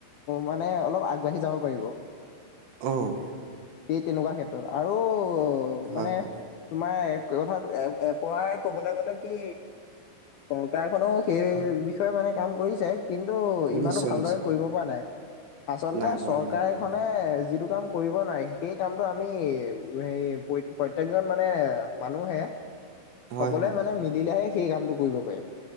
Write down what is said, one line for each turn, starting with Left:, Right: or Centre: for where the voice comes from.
Left: মানে অলপ আগবাঢ়ি যাব পাৰিব।
Right: উম।
Left: সেই তেনেকুৱা ক্ষেত্ৰত আৰু
Right: হয়
Left: মানে
Right: হয়
Left: তোমাৰ কথা এপৰাই কবলৈ গলে কি চৰকাৰ খনো সেই
Right: হয়
Left: বি ষয় মানে কাম কৰিছে কিন্তু ইমানো
Right: নিশ্চয়
Left: ভালদৰে
Right: নিশ্চয়
Left: কৰিব পৰা নাই। আচলতে
Right: নাই পৰা
Left: চৰকাৰ
Right: নাই পৰা
Left: খনে
Right: হয়
Left: যিটো কাম কৰিব নোৱাৰে সেই কামটো আমি সেই প্ৰত্যেকজন মানে মানুহে
Right: হয়
Left: সকলোৱে
Right: হয়
Left: মানে মিলোহে, সেই কামটো কৰিব পাৰে।